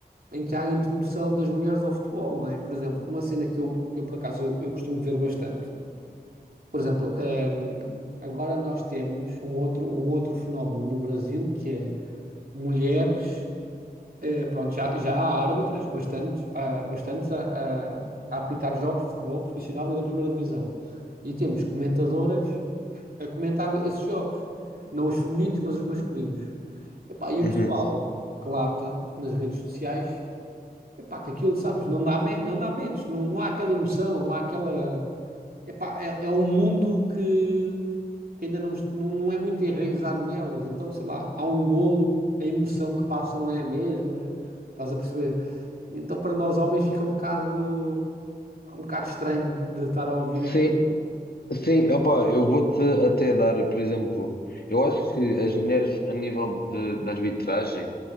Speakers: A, on the right; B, on the left.
A: em que há a introdução das mulheres ao futebol, não é? Por exemplo, uma cena que eu, que eu por acaso eu, eu costumo ver bastante. Por exemplo, hum, agora nós temos um outro, um outro fenómeno no Brasil que é mulheres eh, pronto, já, já há árbitras bastantes, ah, bastantes a, a- a apitar jogos de futebol profissional e da primeira divisão. E temos comentadoras a comentar esses jogos. Não os femininos, mas os masculinos. Epá, e
B: Uhum.
A: o pessoal relata nas redes sociais, epá, que aquilo, sabes, não dá, ma- não dá match, não, não há aquela emoção, não há aquela... Epá, é, é um mundo que que ainda não, est- não, não é muito enraizado nelas. Então, sei lá, há um golo, a emoção que passa não é a mesma, estás a perceber? Então, para nós homens, fica um bocado, um bocado estranho de estar a ouvir
B: Sim,
A: aqui,
B: sim, opá, eu vou-te até dar, por exemplo, eu acho que as mulheres a nível de, de arbitragem,